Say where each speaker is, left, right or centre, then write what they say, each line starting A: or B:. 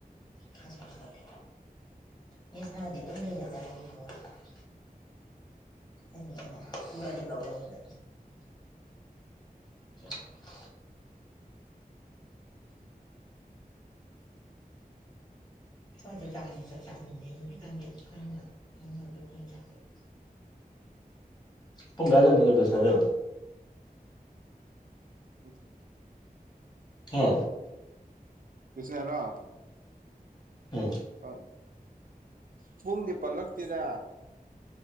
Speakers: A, on the left; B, on the right.
A: ꯊꯖ <unintelligible> ꯃꯤꯁ ꯑꯗꯤ ꯇ ꯂꯩꯅ ꯆꯥꯏꯅꯤꯣ <unintelligible> ꯎ <unintelligible> ꯊ <unintelligible> ꯀ ꯆꯖ ꯆ <unintelligible> <inaudible> <unintelligible> ꯀꯦ <unintelligible> ꯄꯨꯡꯒꯥꯥꯖꯥꯅꯤꯉꯒꯣꯁꯅꯣ
B: ꯑꯗꯨ
A: ꯍ
B: <unintelligible> ꯔ
A: ꯎꯝ
B: ꯑꯥꯎ ꯄꯨꯡꯗꯤ ꯄꯜꯂꯛꯇꯦꯗ